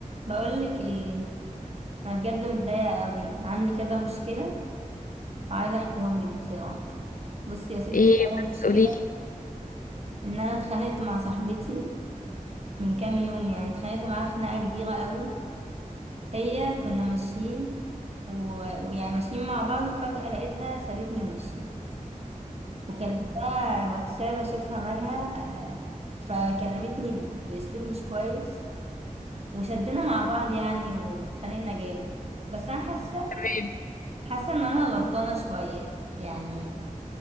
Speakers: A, on the right; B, on the left.
A: بقولك ايه انا بجد متضايقه قوي عندي كذا مشكله وعايزه احكيهم لك بصراحه بصي يا ستي
B: ايه
A: اول
B: بس
A: مشكله
B: قوليلي
A: ان انا اتخانقت مع صاحبتي من كام يوم يعني اتخانقت معاها خناقه كبيره قوي هي كنا ماشيين و... ويعني ماشيين مع بعض وفجاه لقيتها سابتني ومشيت وكلمتها واتساب اشوفها مالها آه، فكلمتني باسلوب مش كويس وشدنا مع بعض يعني واتخانقنا جامد بس انا حاسه
B: تمام
A: حاسه ان انا غلطانه شويه يعني